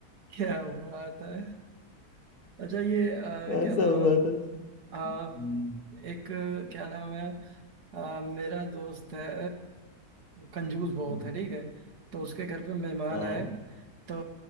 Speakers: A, on the right (about 85°); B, on the left (about 75°).
A: क्या बात है अच्छा ये आ,
B: ऐसा
A: क्या नाम
B: हुआ
A: है
B: था
A: आ,
B: हम्म,
A: एक क्या नाम है आ, मेरा दोस्त है कंजूस बहुत
B: हम्म,
A: है ठीक है तो उसके घर पे मेहमान
B: हाँ
A: आए तो